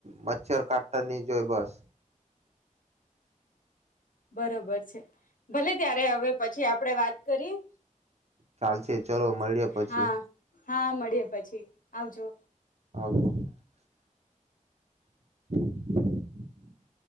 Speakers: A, on the right (about 55°); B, on the left (about 85°).
A: મચ્છર કાટતાની જય બસ
B: બરોબર છે ભલે ત્યારે હવે પછી આપ આપડે વાત કરી
A: ચાલશે ચલો મળીએ પછી
B: હા હા મળીએ પછી આવજો.
A: હ <inaudible>